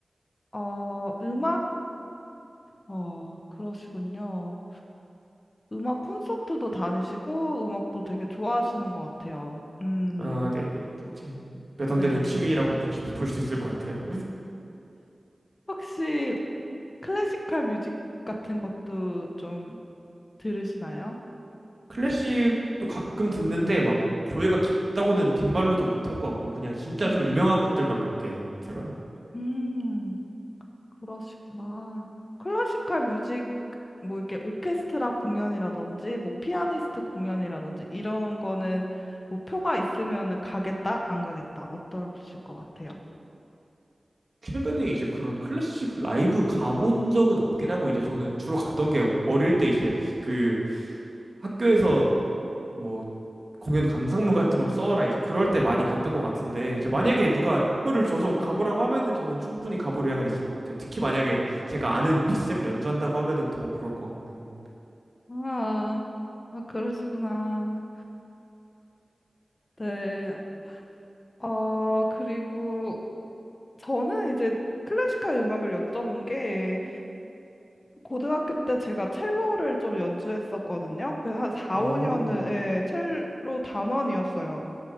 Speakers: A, on the left (about 45°); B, on the right (about 45°).
A: 어, 음악, 어, 그러시군요. 음악 콘서트도 다니시고, 음악도 되게 좋아하시는 것 같아요. 음,
B: 아, 네네. 제 몇
A: 네.
B: 안 되는 취미라고 볼 수 있을 것 같아요.
A: 혹시 클래시컬 뮤직 같은 것도 좀 들으시나요?
B: <laughs> 클래식도 가끔 듣는데 막 교회가 깊다고는 빈말로도 못 할 것 같고 그냥 진짜
A: 음.
B: 좀 유명한 것들만 몇 개 들어요.
A: 음, 그러시구나. 클래시컬 뮤직, 뭐 이렇게 오케스트라 공연이라든지, 뭐 피아니스트 공연이라든지, 이런 거는 뭐 표가 있으면은 가겠다, 안 가겠다, 어떠실 것 같아요?
B: 최근에 이제 그런 클래식 라이브 가본 적은 없긴 하고 이제 저는 주로 갔던 게 어릴 때 이제 그 학교에서 뭐 공연 감상문 같은 걸 써와라 이제 그럴 때 많이 갔던 것 같은데 이제 만약에 누가 표를 줘서 가보라고 하면은 저는 충분히 가볼 의향은 있을 것 같아요. 특히 만약에 제가 아는 피스를 연주한다고 하면은 더 그럴 것 같고.
A: 아, 아, 그러시구나. 네. 어, 그리고 저는 이제 클래시컬 음악을 여쭤본 게, 고등학교 때 제가 첼로를 좀 연주했었거든요. 그 한 4,
B: 아,
A: 5년은 예, 첼로 단원이었어요.